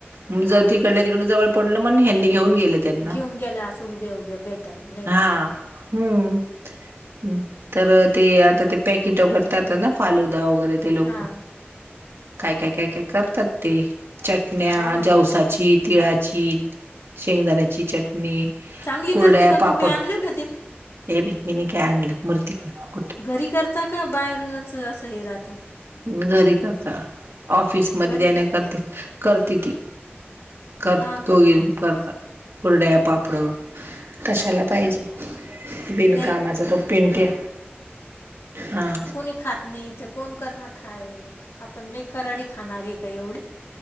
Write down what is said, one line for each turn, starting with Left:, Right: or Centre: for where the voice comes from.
Right: ग
Left: हा
Right: जर तिकडल्या तिकडडे जवळ पडलं मण ह्यांनी घेऊन गेले. त्यांना
Left: घेऊन गेला असं उभे उभे भेटायला नाही.
Right: हा हम्म तर ते आता ते पॅकेटो करतात ना फालुदा वगैरे ते लोक
Left: हा
Right: काय काय काय काय करतात ते चटण्या
Left: हा ना
Right: जावसाची तिळाची शेंगदाण्याची चटणी
Left: चांगली
Right: कुरड्या
Left: करते का
Right: पापड.
Left: तुम्ही आणलं का ते
Right: ये बाई म नी काय आणलं मुरकुटे तिकड
Left: घरी करता का बाहेरूनच असं हे राहात.
Right: घरी करता ऑफिसमध्ये
Left: घरी
Right: देण्याकरिता
Left: कर
Right: करते. ती कर
Left: हा
Right: दोघी
Left: का
Right: करतात कुर्ड्या पापडं. कशाला पाहिजे बेणुकामाचा
Left: नाही बाई
Right: जो पेंट आहे हा.
Left: कोणी खात नाही इथं कोण करण खाय आपण ल कराडी खाणार आहे का एवढे